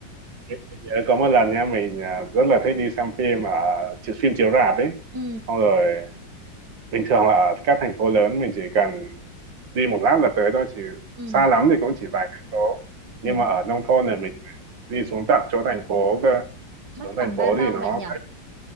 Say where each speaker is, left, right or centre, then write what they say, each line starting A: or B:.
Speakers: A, on the right; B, on the right.
A: mình mình nhớ có một lần nha mình à, rất là thích đi xem phim ở chi- phim chiếu rạp ấy
B: ừ
A: xong rồi bình thường là ở các thành phố lớn mình chỉ cần đi một lát là tới thôi chỉ
B: ừ
A: xa lắm thì cũng chỉ vài cây số nhưng
B: đúng
A: mà ở
B: rồi
A: nông thôn này mình đi xuống tận chỗ thành phố cơ xuống
B: mất
A: thành
B: tầm
A: phố
B: bao lâu
A: thì nó
B: bạn nhỉ
A: cách